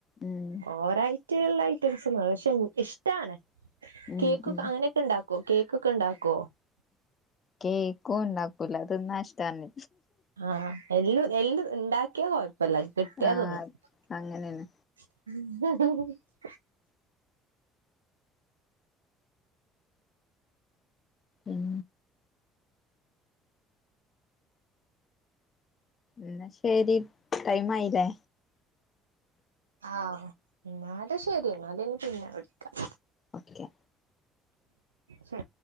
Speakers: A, on the left; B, on the right.
A: ഉം
B: ഓര ഐറ്റള്ള ഐറ്റംസ് പക്ഷെ ഇഷ്ടാണ്
A: ഉം
B: കേക്കൊക്കെ
A: ഉം
B: അങ്ങനെയൊക്കെ ഇണ്ടാക്കുവോ കേക്കൊക്കെ ഇണ്ടാക്കോ
A: കേക്കും ഉണ്ടാക്കൂല തിന്നാൻ ഇഷ്ടാണ്
B: ആഹ് എല്ല് എല്ല് ഉണ്ടാക്കിയാ കൊഴപ്പല്ല കിട്ടിയതിന്നും
A: ആഹ്
B: <inaudible>
A: അങ്ങനെയാണ് ഉം എന്നാ ശരി ടൈം ആയില്ലേ
B: ആഹ് എന്നാല് ശരി എന്നാലനി പിന്നെ വിളിക്കാം
A: ഓക്കെ
B: ശരി